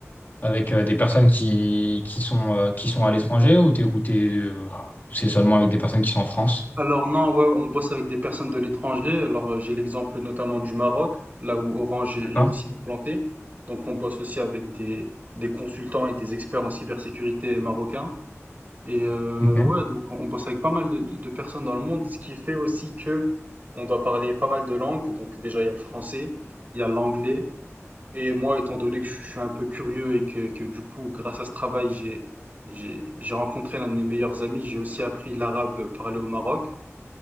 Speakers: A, on the left (about 40°); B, on the right (about 35°).
A: avec euh, des personnes qui, qui sont, euh, qui sont à l'étranger ou t'es, ou t'es, euh, c'est seulement avec des personnes qui sont en France?
B: Alors non, ouais, on bosse avec des personnes de l'étranger. Alors euh, j'ai l'exemple notamment du Maroc, là où Orange est
A: D'accord?
B: est aussi implanté. Donc on bosse aussi avec des, des consultants et des experts en cybersécurité marocains. Et euh,
A: Ok.
B: ouais, donc on on bosse avec pas mal de, de- de personnes dans le monde, ce qui fait aussi que on doit parler pas mal de langues. Donc déjà, il y a le français, il y a l'anglais. Et moi, étant donné que je suis un peu curieux et que, que du coup, grâce à ce travail, j'ai j'ai j'ai rencontré l'un de mes meilleurs amis. J'ai aussi appris l'arabe parlé au Maroc.